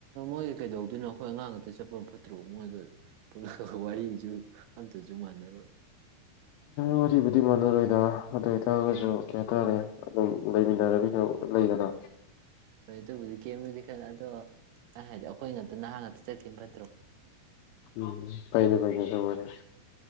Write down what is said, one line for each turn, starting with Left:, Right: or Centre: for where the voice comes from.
Right: ꯣꯏ ꯀꯩꯗꯧꯗꯣꯏꯣꯈꯣꯏ ꯑꯉꯥꯡ ꯑꯇ ꯆꯠꯄ ꯑꯃ ꯐꯠꯇ꯭ꯔꯣ ꯃꯣꯏꯗꯣ ꯄꯨꯂ ꯋꯥꯔꯤꯁꯨ ꯑꯇꯁꯨ ꯋꯥꯥꯟꯅꯔ
Left: ꯋꯥꯔꯤꯔꯤꯕꯨꯗꯤ ꯃꯥꯟꯅꯔꯣꯏꯗ ꯑꯗꯨ ꯑꯣꯏꯇꯥꯔꯒꯁꯨ ꯀꯩ ꯍꯥꯏꯇꯥꯔꯦ ꯑꯗꯨꯝ ꯂꯩꯃꯤꯟꯅꯔꯃꯤꯅ ꯂꯩꯗꯅ
Right: ꯍꯣꯏ ꯑꯗꯨꯕꯨꯗꯤ ꯀꯦꯝꯕꯨꯗꯤ ꯈꯂ ꯑꯗꯣ ꯀ ꯍꯥꯏꯗꯤ ꯑꯩꯈꯣꯏ ꯉꯥꯛꯇ ꯅꯍꯥꯟ ꯉꯥꯛꯇ ꯆꯠꯀꯅ ꯐꯠꯇ꯭ꯔꯣ
Left: ꯎꯝ ꯄꯩꯅꯦ ꯄꯩꯗ ꯁꯅꯦꯦ